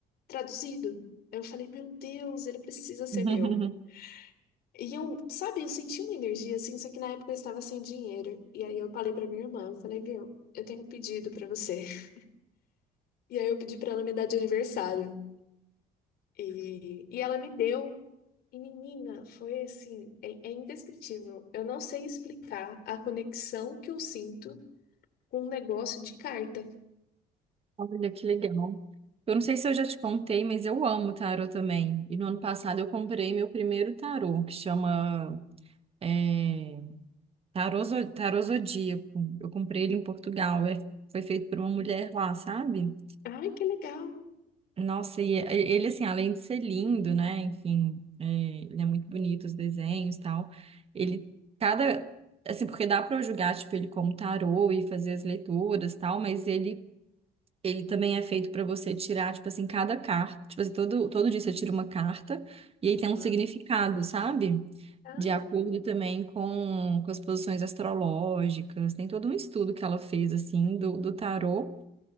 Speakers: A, on the left; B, on the right.
A: traduzido. Eu falei, meu Deus, ele precisa ser
B: <laughs>
A: meu. E eu, sabe, eu senti uma energia assim, só que na época eu estava sem dinheiro. E aí eu falei pra minha irmã, eu falei, viu, eu tenho um pedido pra você. <laughs> E aí eu pedi pra ela me dar de aniversário. E, e ela me deu. E menina, foi assim, é, é indescritível. Eu não sei explicar a conexão que eu sinto com um negócio de carta.
B: Olha que legal. Eu não sei se eu já te contei, mas eu amo tarô também. E no ano passado eu comprei meu primeiro tarô, que chama é, tarô, Zo- tarô Zodíaco. Eu comprei ele em Portugal. É- foi feito por uma mulher lá, sabe?
A: Ai, que legal!
B: Nossa, e é- ele, assim, além de ser lindo, né? Enfim, é, ele é muito bonito, os desenhos e tal. Ele, cada. Assim, porque dá para eu julgar, tipo, ele como tarô e fazer as leituras e tal, mas ele Ele também é feito para você tirar, tipo assim, cada carta. Tipo assim, todo, todo dia você tira uma carta e aí tem
A: Uhum.
B: um significado, sabe?
A: Ah.
B: De acordo também com, com as posições astrológicas. Tem todo um estudo que ela fez, assim, do, do tarô